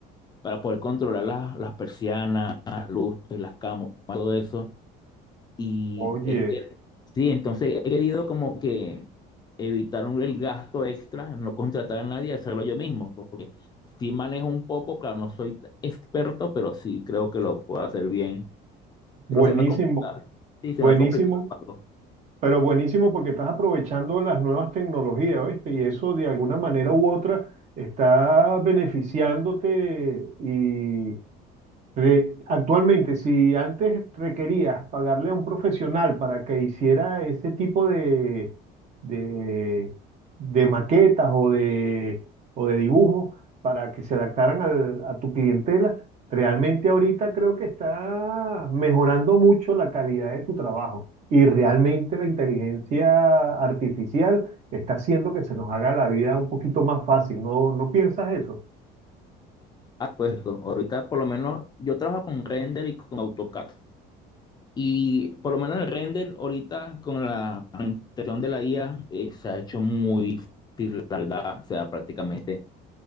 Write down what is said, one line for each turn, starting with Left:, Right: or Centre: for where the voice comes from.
Left: para poder controlar las, las persianas, las luces, las camas, todo eso. Y
Right: Oye,
Left: es que- sí, entonces he querido como que evitar un- el gasto extra, no contratar a nadie, hacerlo yo mismo. Sí manejo un poco, claro, no soy experto, pero sí creo que lo puedo hacer bien.
Right: buenísimo,
Left: Pero se me ha complicado. Sí, se
Right: buenísimo,
Left: me ha complicado algo.
Right: pero buenísimo porque estás aprovechando las nuevas tecnologías, ¿oíste? Y eso de alguna manera u otra está beneficiándote y, Re- actualmente, si antes requerías pagarle a un profesional para que hiciera ese tipo de, de, de maquetas o de, o de dibujos para que se adaptaran al- a tu clientela, realmente ahorita creo que está mejorando mucho la calidad de tu trabajo y realmente la inteligencia artificial está haciendo que se nos haga la vida un poquito más fácil. ¿No, no piensas eso?
Left: Ah, pues, ahorita por lo menos yo trabajo con render y con AutoCAD. Y por lo menos el render ahorita con la implementación de la IA eh, se ha hecho muy tardada, o sea, prácticamente.